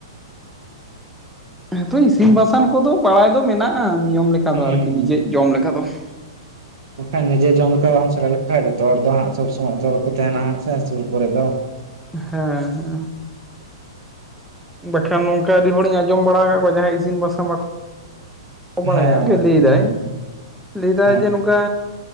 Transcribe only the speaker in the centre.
ᱦᱮᱸ ᱛᱚ ᱤᱥᱤᱱ ᱵᱟᱥᱟᱝ ᱠᱚᱫᱚ ᱵᱟᱲᱟᱭ ᱫᱚ ᱢᱮᱱᱟᱜ-ᱟ, ᱱᱤᱭᱚᱢ ᱞᱮᱠᱟ
ᱫᱚ ᱟᱨᱠᱤ ᱱᱤᱡᱮ ᱡᱚᱢ ᱞᱮᱠᱟ ᱫᱚ ᱾
ᱦᱮᱸ ᱦᱮᱸ ᱾ ᱵᱟᱠᱷᱟᱱ ᱱᱚᱝᱠᱟ ᱟᱹᱰᱤ ᱦᱚᱲᱤᱧ ᱟᱸᱡᱚᱢ ᱵᱟᱲᱟ ᱟᱠᱟᱫ ᱠᱚᱣᱟ ᱡᱟᱦᱟᱸᱭ ᱤᱥᱤᱱ ᱵᱟᱥᱟᱝ ᱵᱟᱠᱚ ᱠᱚ ᱵᱟᱲᱟᱭᱟ
ᱟᱡ ᱜᱮ ᱞᱮᱭ ᱮᱫᱟᱭ
᱾ <inaudible> ᱞᱮᱭ ᱮᱫᱟᱭ
ᱡᱮ ᱚᱱᱠᱟ